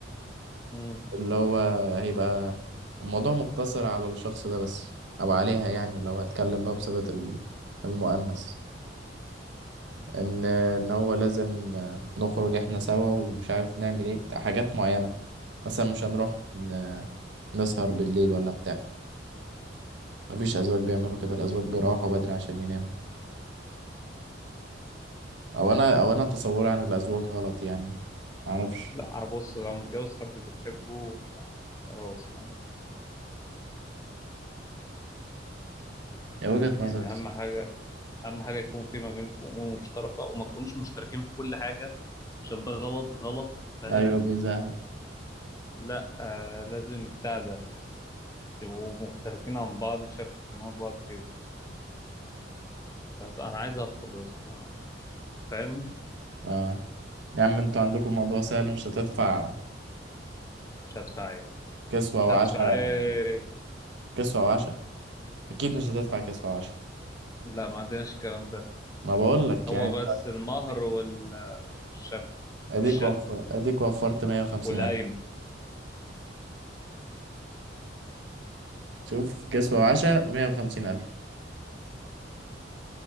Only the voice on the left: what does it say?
امم
لا بص لو متجوز حد بتحبه خلاص فاهم
يعني
أهم حاجة اهم حاجه يكون في ما بينكم امور مشتركه وما تكونوش مشتركين في كل حاجه عشان ده غلط غلط فاهم
لا آه لازم بتاع ده تبقوا مختلفين عن بعض تشاركوا اهتمامات بعض كده بس انا عايز اخطب يا اسطى أنا- فاهم
مش هدفع ايه
مش
هدفع ايه
لا ما عندناش الكلام ده
هو
بس المهر
والشبكه
والشقه
والقايمه
عن-
عن-